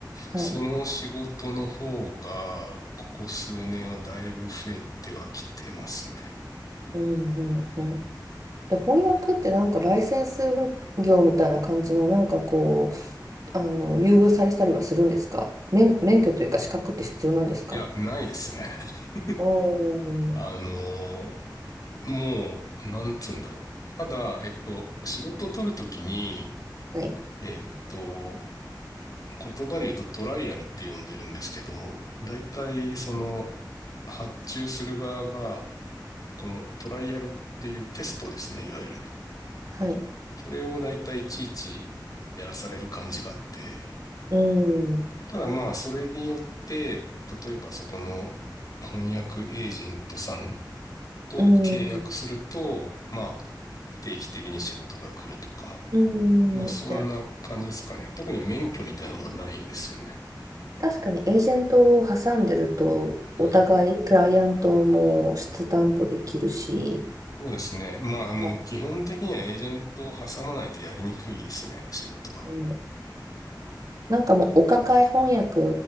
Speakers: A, on the right (about 50°); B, on the left (about 55°).
A: はい。
B: その仕事の方が、ここ数年はだいぶ増えてはきてますね。
A: うん、うん、うん。で、翻訳ってなんかライセンス
B: うん
A: 業みたいな感じの、なんかこう、あの、優遇されたりはするんですか免、免許というか資格って必要なんですか
B: いや、ないですね。<laughs>
A: おー、
B: あのーもう、なんつうんだろう。ただ、えっと、仕事を取るときに、
A: はい、
B: えっと、言葉で言うとトライアルって呼んでるんですけど、大体その発注する側が、このトライアルっていうテストですね、いわゆるね。
A: はい。
B: それを大体いちいちやらされる感じがあって、
A: うん、
B: ただまあ、それによって、例えばそこの翻訳エージェントさんと契約すると、
A: うん、
B: まあ、定期的に仕事が来るとか、
A: うん。
B: まあ、そんな感じですかね。
A: いや
B: 特に免許みたいなものはないですよね。
A: 確かにエージェントを挟んでると、
B: はい。
A: お互い、クライアントも質担保できるし、
B: そうですね。まあ、あの、
A: はい
B: 基本的にはエージェントを挟まないとやりにくいですね、仕事は。
A: うんなんかもうお抱え翻訳